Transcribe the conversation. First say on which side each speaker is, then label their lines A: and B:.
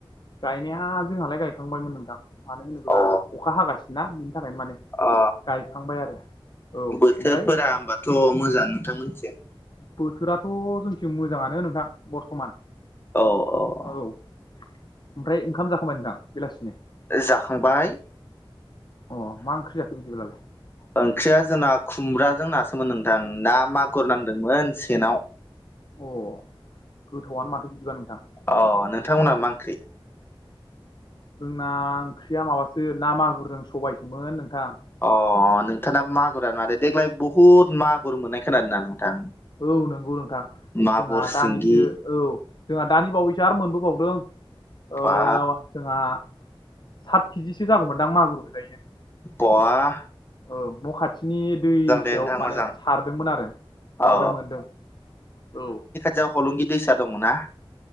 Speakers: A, on the left (about 50°); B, on the left (about 25°).
A: गायनाया जोंहालाय गायखांबायमोन नोंथां मानो होनोब्ला
B: अ
A: अखा हागा ना बिनि थाखायनो माने
B: अ
A: गायखांबाय आरो औ
B: बोथोरफोरा
A: ओमफ्राय
B: होमबाथ' मोजाङानो नोंथां मोनथिं
A: बोथोराथ' जोंथिं मोजाङानो नोंथां बरथमान
B: औ औ
A: औ ओमफ्राय ओंखाम जाखांबाय नोंथां बेलासिनि
B: जाखांबाय
A: अ मा ओंख्रि जाखो बिदिब्लालाय
B: ओंख्रिया जोंना खुमब्राजों नासोमोन नोंथां ना मागुर नांदोंमोन सेनाव
A: अ गोथावआनो माथो बिदिबा नोंथां
B: अ नोंथांमोनहा मा ओंख्रि
A: जोंना ओंख्रिया माबासो ना मागुरजों सबायसोमोन नोंथां
B: अ नोंथांनाबो मागुरानो माथो देग्लाय बुहुत मागुर मोननाय खोनादों ना नोंथां
A: औ नंगौ नोंथां
B: मागुर
A: जोंहा
B: सिंगि
A: दानिसो औ जोंहा दानि बावैसो आरो मोनबोबावदों ओ
B: बा
A: जोंहा सात केजिसो जागौमोनदां मागुर गोजायनो
B: बहा
A: औ न' खाथि स्नि दुइसआव
B: दे नोंथां
A: माने
B: मोजां
A: सारदोंमोन आरो बावहाय
B: अ
A: मोनदों औ
B: जा हलंगि दैसा दङ ना?